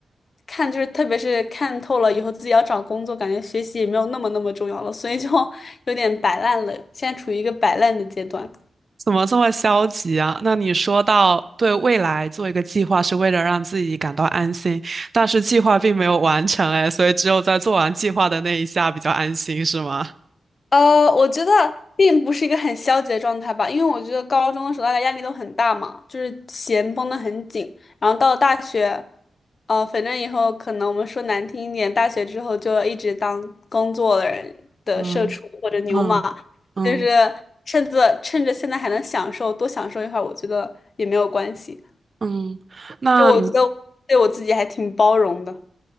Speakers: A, on the left; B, on the right.
A: 看就是特别是看透了以后，自己要找工作，感觉学习也没有那么那么重要了，所以就 <laughs> 有点摆烂了，现在处于一个摆烂的阶段。
B: 怎么这么消极啊？那你说到对未来做一个计划是为了让自己感到安心，但是计划并没有完成，哎，所以只有在做完计划的那一下比较安心，是吗？
A: 呃，我觉得 <laughs> 并不是一个很消极的状态吧，因为我觉得高中的时候大家压力都很大嘛，就是弦绷得很紧，然后到了大学，呃，反正以后可能我们说难听一点，大学之后就一直当工作的人的社畜或者牛马，
B: 嗯嗯嗯
A: 就是趁着趁着现在还能享受，多享受一会儿，我觉得也没有关系。
B: 嗯，那你
A: 就我觉得对我自己还挺包容的。